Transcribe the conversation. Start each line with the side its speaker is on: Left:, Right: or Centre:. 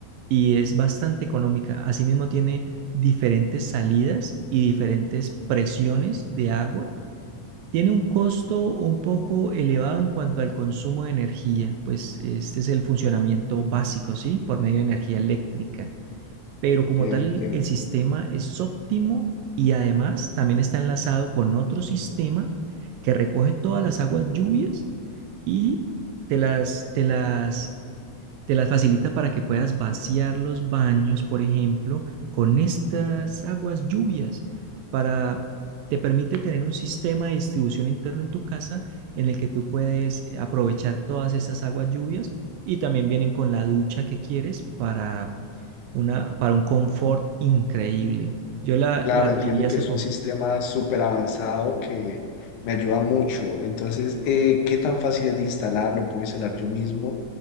Right: y es bastante económica. Asimismo, tiene diferentes salidas y diferentes presiones de agua tiene un costo un poco elevado en cuanto al consumo de energía, pues este es el funcionamiento básico, ¿sí? Por medio de energía eléctrica. Pero
Left: Entiendo,
Right: como tal,
Left: entiendo.
Right: el, el sistema es óptimo y además también está enlazado con otro sistema que recoge todas las aguas lluvias y te las, te las te las facilita para que puedas vaciar los baños, por ejemplo, con estas aguas lluvias, para te permite tener un sistema de distribución interno en tu casa en el que tú puedes eh, aprovechar todas estas aguas lluvias y también vienen con la ducha que quieres para una para un confort increíble. Yo la,
Left: Claro,
Right: la adquirí
Left: entiendo
Right: hace
Left: que es
Right: poco.
Left: un sistema súper avanzado que me ayuda mucho. Entonces, eh, ¿qué tan fácil es de instalar? ¿Lo puedo instalar yo mismo?